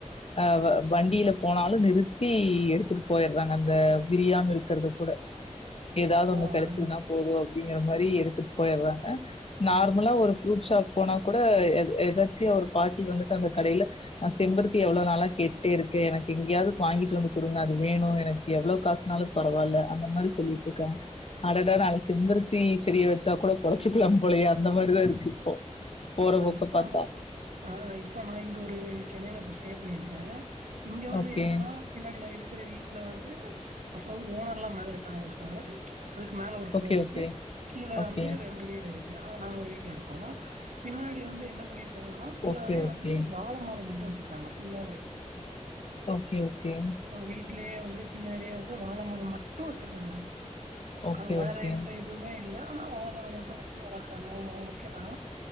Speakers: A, on the left; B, on the right.
A: அ வ வண்டில போனாலு நிறுத்தி எடுத்துட்டு போய்ற்றாங்க அந்த விரியாம இருக்கற்து கூட எதாவ்து
B: ஓ
A: ஒண்ணு கெடைச்துன்னா
B: அது
A: போது அப்டிங்கிற மாரி எடுத்துட்டு போய்ற்றாங்க நார்முலா ஒரு ஃப்ரூட் ஷாப் போனா கூட எத எதர்ச்சியா ஒரு பாட்டி வந்துட்டு அந்த கடைல நா செம்பருத்தி எவ்வளோ நாளா கேட்டேருக்கே எனக் எங்கியாவது வாங்கிட்டு வந்து கொடுங்க அது வேணு எனக் எவ்ளோ காஸ்னாலு பரவால்ல அந்த மாரி சொல்லிட்டு இருக்கா அடடா நாளா செம்பருத்தி செடிய வச்சா கூட பொழச்சிக்கலா போலயே அந்த மாரிதா இருக்கு இப்போ போறபோக்க
B: ஆ இப்ப
A: பாத்தா
B: அந்த ஆ இப்ப நா இங்க ஒரு சென்னைல இப்ப ஸ்டே பண்ணியிருக்கே இங்க வந்து
A: ஓகே
B: என்னன்னா பின்னாடி நா இருக்குற வீட்ல வந்து ஹவ் ஓனர்ல்லா மேல இருக்காங்க ஹவுஸ் ஓனர் அதுக்கு மேல ஒருஃப்ளோர்
A: ஓகே
B: இருக்கு
A: ஓகே
B: கீழ
A: ஓகே
B: வந்து ரெண்டு வீடு இருக் அதுல நாங்க ஒரு வீட்ல இருக்கோம் பின்னாடி வந்து என்ன பண்ணிருக் ங்னா ஃபுல்லாவே
A: ஓகே ஓகே
B: வந்து வாழ மரோ மட்டு வச்சிருக்காங்க ஃபுல்லாவே
A: ஓக்கே ஓக்கே
B: வீட்லயே வந்து பின்னாடியே வந்து வாழ மரம் மட்டும் வச்சிருக்காங்க
A: ஓகே
B: அ வேற எந்த இதும் மே இல்ல ஆனா வாழ மர மட்டு வச்சு வளக்கறாங்க ஓக்கே தா